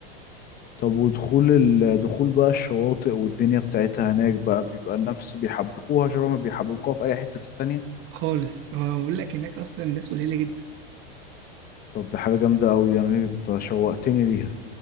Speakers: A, on the left; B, on the right.
A: طب ودخول ال... دخول بقى الشواطئ والدنيا بتاعتها هناك بقى بيبقى نفس بيحبكوها شبه ما بيحبكوها في اي حتة تانية
B: خالص هو بقول لك هناك أصلا الناس قليلة جدا
A: طب ده حاجة جامدة أوي دي يعني أنت شوقتني ليها